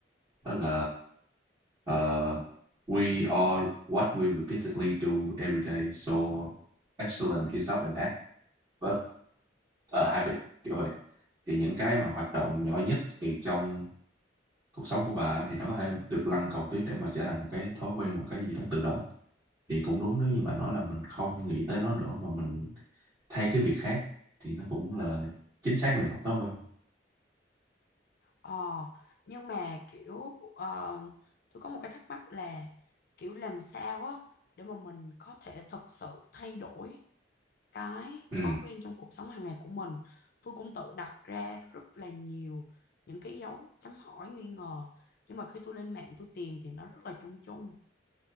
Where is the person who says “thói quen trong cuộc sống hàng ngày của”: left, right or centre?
Left